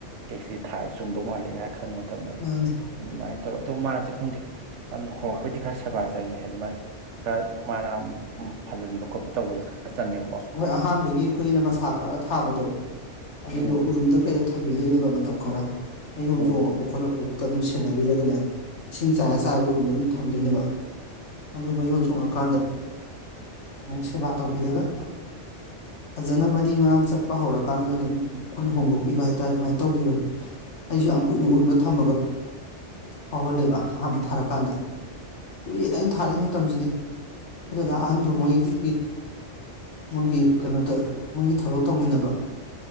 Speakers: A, on the right; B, on the left.
A: ꯀꯦꯛꯁꯤ ꯊꯥꯢꯁ ꯆꯣꯡꯗꯧ ꯃꯥꯜꯂꯤ ꯍꯥꯢ ꯈꯪꯕ ꯃꯇꯝꯗ
B: ꯃꯅꯦ
A: ꯑꯗꯨꯃꯥꯢꯅ ꯇꯧꯔ ꯇꯣ ꯃꯥꯁꯦ ꯈꯪꯗꯦ ꯑꯃ ꯍꯧꯔꯛꯄꯩꯗꯤ ꯈꯔ ꯁꯦꯕꯥ ꯆꯪꯉꯦ ꯍꯥꯢꯗꯤ ꯃꯥ ꯈꯔ ꯃꯔꯥ ꯐꯜꯍꯟꯕ ꯈꯣꯠꯄ ꯇꯧꯕꯗꯣ ꯈꯔ ꯆꯪꯉꯦꯕ
B: ꯍꯣꯢ ꯑꯍꯥꯟꯕꯒꯤ ꯑꯩꯈꯣꯢꯒꯤꯅ ꯃꯁꯥ ꯀꯛꯑꯒ ꯊꯥꯕꯗꯣ ꯑꯗꯨꯢꯗꯣ
A: ꯎꯝ
B: ꯎꯔꯨꯝꯗ ꯀꯩꯗ ꯊꯝꯕꯤꯗꯣꯢꯅꯦꯕ ꯃꯇꯝ ꯈꯔ ꯃꯌꯣꯟ
A: ꯎꯝ
B: ꯆꯣꯡꯉꯛꯄ ꯈꯣꯠꯂꯛ ꯑꯣꯛꯇ ꯑꯗꯨꯝ ꯁꯦꯟꯅꯕꯤꯔꯒꯅꯦ ꯏꯁꯤꯡ ꯆꯥꯢꯔ ꯆꯥꯢꯔ ꯎꯔꯨꯝꯗ ꯑꯗꯨꯝ ꯊꯝꯗꯣꯢꯅꯦꯕ ꯑꯗꯨ ꯃꯌꯣꯟ ꯆꯣꯡꯉꯀꯥꯟꯗ ꯑꯃꯨꯛ ꯁꯦꯕꯥ ꯇꯧꯕꯤꯔꯒ ꯐꯖꯅꯕꯗꯤ ꯃꯔꯥꯡ ꯆꯠꯄ ꯍꯧꯔꯀꯥꯟꯗꯨꯗ ꯑꯗꯨꯝ ꯑꯩꯈꯣꯢꯅ ꯍꯣꯡꯗꯣꯛꯄꯤꯕ ꯍꯥꯢꯇꯥꯔꯦ ꯑꯗꯨꯃꯥꯢꯅ ꯇꯧꯕꯤꯕꯅꯤ ꯑꯩꯁꯨ ꯌꯥꯝ ꯀꯨꯢꯅ ꯎꯔꯨꯝꯅ ꯊꯝꯃꯒ ꯍꯧꯍꯜꯂꯦꯕ ꯑꯍꯥꯟꯕ ꯊꯥꯔꯛꯀꯥꯟꯗ ꯀꯨꯏꯌꯦꯗ ꯑꯩꯅ ꯊꯥꯔꯛꯏ ꯃꯇꯝꯖꯤꯗꯤ ꯈꯨꯗꯗ ꯑꯍꯟꯗꯣ ꯃꯣꯢꯒꯤ ꯃꯣꯢꯒꯤ ꯀꯩꯅꯣꯗ ꯃꯣꯢꯒꯤ ꯊꯕꯛ ꯇꯧꯃꯤꯟꯅꯕ